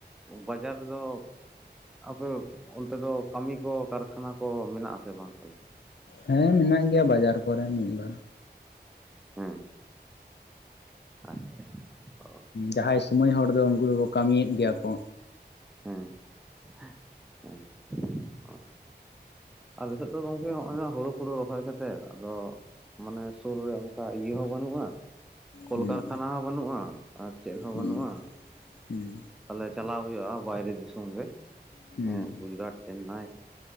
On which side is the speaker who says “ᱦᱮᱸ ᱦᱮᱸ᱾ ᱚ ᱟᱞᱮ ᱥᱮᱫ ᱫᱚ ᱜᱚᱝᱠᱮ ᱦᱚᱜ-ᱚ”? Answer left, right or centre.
Centre